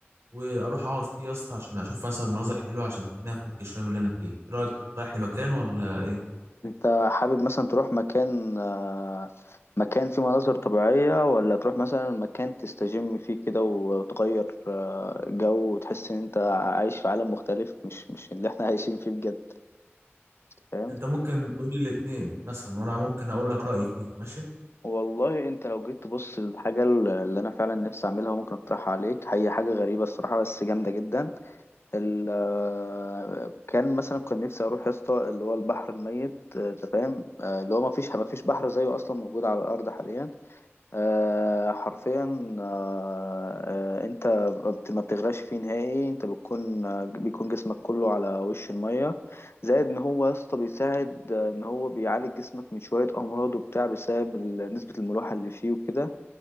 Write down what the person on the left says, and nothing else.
انت حابب مثلا تروح مكان آه، مكان فيه مناظر طبيعية ولا تروح مثلا مكان تستجم فيه كده وتغير آه، جو وتحس ان انت عايش في عالم مختلف مش مش اللي احنا <laughs> عايشين فيه بجد فاهم
والله انت لو جيت تبص للحاجة اللي انا فعلا نفسي اعملها وممكن اقترحها عليك هي حاجة غريبة الصراحة بس جامدة جدا ال آه، كان مثلا كان نفسي اروح يا اسطى اللي هو البحر الميت آه، انت فاهم آه، اللي هو ما فيش ما فيش بحر زيه اصلا موجود على الارض حاليا آه، حرفيا آه، آه، انت ما بت- ما بتغرقش فيه نهائي انت بتكون آه، بيكون جسمك كله على وش الميه زائد ان هو يا اسطى بيساعد آه، ان هو بيعالج جسمك من شويه امراض وبتاع بسبب ال- نسبه الملوحه اللي فيه وكده